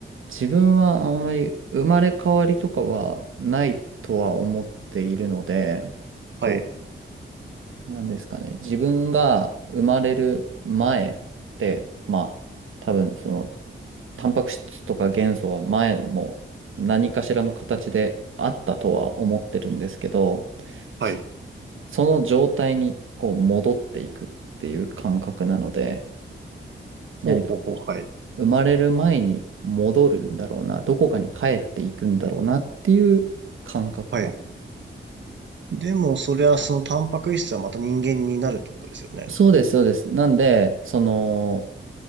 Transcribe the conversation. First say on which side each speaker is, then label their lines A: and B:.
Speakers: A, on the right (about 80°); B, on the right (about 65°).
A: 自分はあんまり生まれ変わりとかはないとは思っているので、こ
B: はい。
A: なんですかね。自分が生まれる前って、まあ、多分その、タンパク質とか元素は前も何かしらの形であったとは思ってるんですけど、そ
B: はい。
A: その状態にこう戻っていくっていう感覚なので、何か
B: ほうほうほう。はい。
A: 生まれる前に戻るんだろうな、どこかに帰っていくんだろうなっていう感覚が。
B: はい。でも、それはそのタンパク質はまた人間になるってことですよね。
A: そうです、そうです。なんで、その、